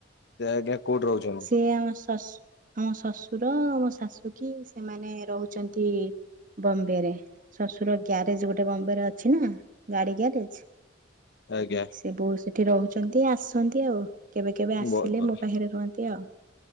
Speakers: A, on the left (about 60°); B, on the right (about 45°).
A: ସେ ଆଜ୍ଞା କୋଉଠି ରହୁଛନ୍ତି
B: ସିଏ ବି ଆମ ଶା ଆମ ଶ୍ୱଶୁର ମୋ ଶାଶୁ କି ସେମାନେ ରହୁଛନ୍ତି ବମ୍ବେରେ। ଶ୍ୱଶୁର ଗ୍ୟାରେଜ ଗୋଟେ ବମ୍ବେ ରେ ଅଛି ନା ଗାଡି ଗ୍ୟାରେଜ।
A: ଆଜ୍ଞା।
B: ସେ ବୋ ସେଠି ରହୁଛନ୍ତି ଆସନ୍ତି ଆଉ କେବେ କେବେ ଆସିଲେ
A: ବହୁତ ଭଲ।
B: ମୋ ପାଖରେ ରୁହନ୍ତି ଆଉ।